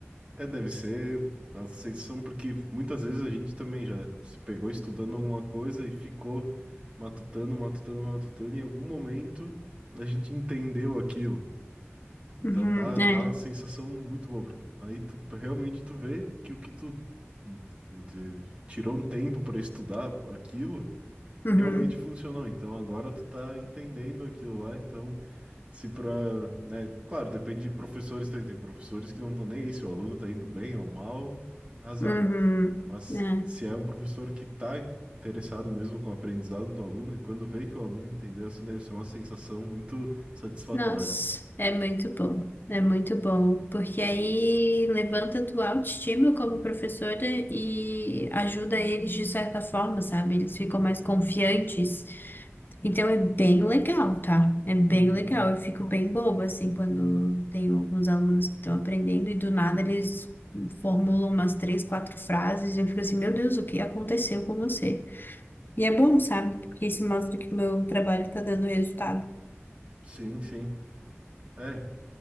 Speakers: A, on the right (about 25°); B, on the left (about 45°).
A: É, deve ser a sensação, porque muitas vezes a gente também já se pegou estudando alguma coisa e ficou matutando, matutando, matutando, e em algum momento a gente entendeu aquilo. Então
B: Uhum,
A: dá,
B: é.
A: dá uma sensação muito boa, porque aí tu realmente tu vê que o que tu de- tirou um tempo para estudar aquilo
B: Uhum,
A: realmente funcionou. Então agora tu tá entendendo aquilo lá. Então, se pra, né, claro, depende de professores também. Tem professores que não estão nem aí se o aluno tá indo bem ou mal, azar.
B: uhum,
A: Mas
B: é.
A: se é um professor que tá interessado mesmo com o aprendizado do aluno, e quando vê que o aluno entendeu, assim, deve ser uma sensação muito satisfatória.
B: Nossa, é muito bom. É muito bom, porque aí levanta a tua autoestima como professora e ajuda eles de certa forma, sabe? Eles ficam mais confiantes. Então é bem legal, tá? É bem
A: Uhum,
B: legal. Eu fico bem boba, assim, quando tenho alguns alunos que estão aprendendo e do nada eles formulam umas três, quatro frases e eu fico assim, meu Deus, o que aconteceu com você? E é bom, sabe? Porque isso mostra que o meu trabalho tá dando resultado.
A: sim, sim. É,